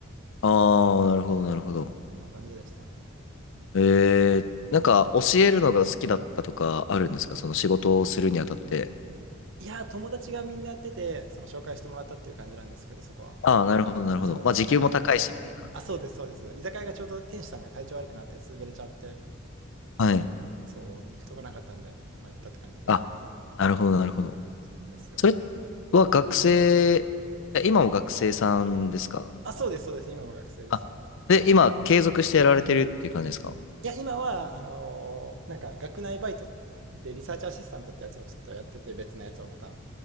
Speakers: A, on the left; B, on the right.
A: ああ、なるほど、なるほど。
B: そんな感じでしたね。
A: えー、なんか教えるのが好きだったとかあるんですかその仕事をするにあたって。
B: いやー、友達がみんなやってて、その紹介してもらったっていう感じなんですけど、そこは。
A: ああ、なるほど、なるほど。
B: そう、
A: まあ時給も高いし、
B: 居酒屋。
A: みたいな。
B: あ、そうです、そうです。居酒屋がちょうど店主さんが体調悪くなって潰れちゃって、
A: はい。
B: そう、行くとこなかったんで、まあ行ったって感じですね。
A: あ、なるほど、なるほど。
B: そうなんですよ。
A: それは学生、え、今も学生さんですか
B: あ、そうです、そうです。今も学生です、
A: あ、
B: まだ。
A: で、今継続してやられてるっていう感じですか
B: いや、今は、あのーなんか学内バイトでリサーチアシスタントってやつをちょっとやってて、別のやつをまた。